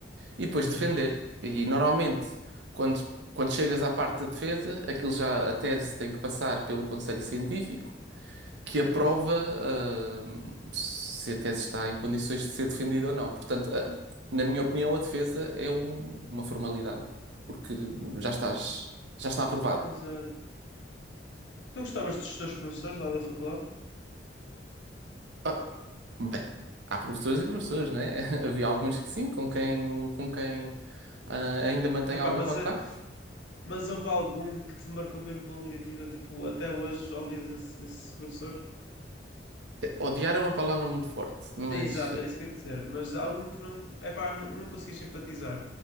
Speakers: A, on the right; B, on the left.
A: e depois
B: Uhum,
A: defender. E normalmente, quando, quando chegas à parte da defesa, aquilo já, a tese tem que passar pelo conselho científico, que aprova,
B: certo.
A: ah, se a tese está em condições de ser defendida ou não. Portanto, ah, na minha opinião, a defesa é um- uma formalidade, porque já estás, já está aprovado.
B: Exato. Tu gostavas dos teus professores lá da faculdade?
A: Ah, bem, há professores e professores, né? <laughs> Havia alguns que sim, com quem, com quem ah, ainda mantém
B: Epá,
A: algum
B: mas,
A: contacto.
B: eh, mas houve algum que te marcou mesmo pela negativa? Tipo, até hoje odias esse, esse professor?
A: Eh, Odiar é uma palavra muito forte, mas
B: Sim, exato, era isso que eu ia dizer. Mas algum que não. Epá, não, não conseguias simpatizar